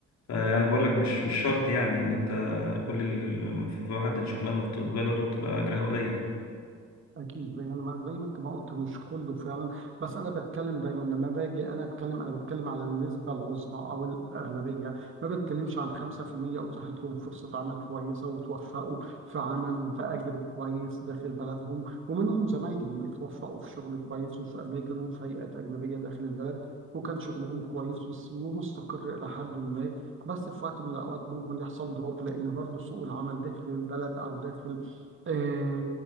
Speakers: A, on the left; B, on the right.
A: يعني بقول لك مش مش شرط يعني ان انت كل ال- ال- في واحد شغلانه بت- في بلده بتبقى اجرها قليل
B: اكيد زي ما انا ما- زي ما انت ما قلت مش كله فعلا بس انا بتكلم دايما لما باجي انا اتكلم انا بتكلم على النسبه العظمى او الاغلبيه ما بتكلمش عن 5% اتاحت لهم فرصه عمل كويسه وتوفقوا في عمل وباجر كويس داخل بلدهم ومنهم زمايلي اتوفقوا في شغل كويس وفي اماكن وفي هيئات اجنبيه داخل البلد وكان شغلهم كويس وس- ومستقر الى حد ما بس في وقت من الاوقات ممكن يحصل دروب لان برضه سوق العمل داخل البلد او داخل آه،